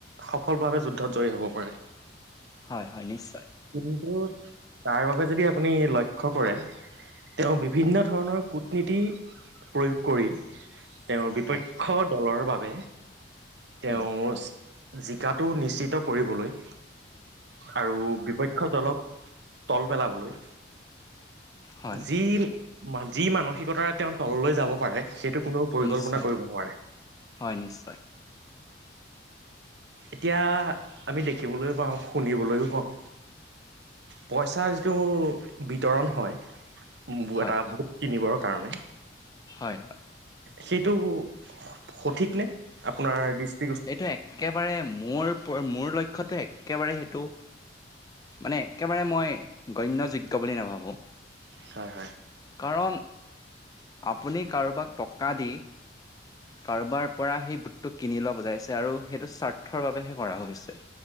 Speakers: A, on the right; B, on the left.
A: সফল ভাৱে যুদ্ধত জয়ী হ'ব পাৰে।
B: হয় হয় নিশ্চয়।
A: কিন্তু তাৰ বাবে যদি আপুনি লক্ষ্য কৰে, তেওঁ বিভিন্ন ধৰণৰ কূটনীতি প্ৰয়োগ কৰি তেওঁৰ বিপক্ষ
B: হয়
A: দলৰ বাবে তেওঁ
B: উম
A: জিকাটো নিশ্চিত কৰিবলৈ আৰু বিপক্ষ দলক তল পেলাবলৈ,
B: হয়
A: যি মা যি মানসিকতাৰে তেওঁ তললৈ যাব পাৰে সেইটো কোনেও পৰিকল্পনা
B: নিশ্চয়
A: কৰিব নোৱাৰে।
B: হয় নিশ্চয়।
A: এতিয়া আমি দেখিবলৈও পাওঁ শুনিবলৈও পাওঁ। পইচাৰ যিটো বিতৰণ হয়, উম্বু
B: হয়
A: এটা ভোট কিনিবৰ কাৰণে
B: হয়
A: সেইটো সঠিক নে? আপোনাৰ দিষ্ট
B: এইটো একেবাৰে মোৰ মোৰ লক্ষ্যত একেবাৰে সেইটো মানে একেবাৰে মই গণ্যযোগ্য বুলি নাভাবোঁ।
A: হয় হয়।
B: কাৰণ আপুনি কাৰোবাক টকা দি- কাৰোবাৰ পৰা সেই ভোটটো কিনি লোৱা বুজাইছে আৰু সেইটো স্বাৰ্থৰ বাবেহে কৰা হৈছে।